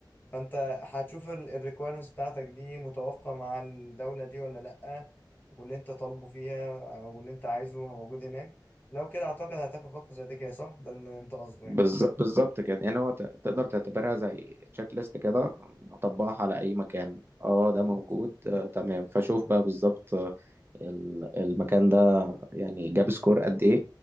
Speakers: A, on the left (about 25°); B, on the right (about 30°).
A: فانت هتشوف الريكويرمنتس بتاعتك دي متوافقة مع الدولة دي ولا لأ واللي انت طالبه فيها او اللي انت عايزه موجود هناك لو كده اعتقد هتاخد خطوة زي دي كده صح ده اللي انت قصده
B: بالز...
A: يعني
B: بالظبط كده يعني هو ت... تقدر تعتبرها زي تشيك ليست كده أطبقها على أي مكان اه ده
A: بالظبط
B: موجود آه تمام فشوف بقى بالظبط ال- المكان ده يعني جاب سكور قد ايه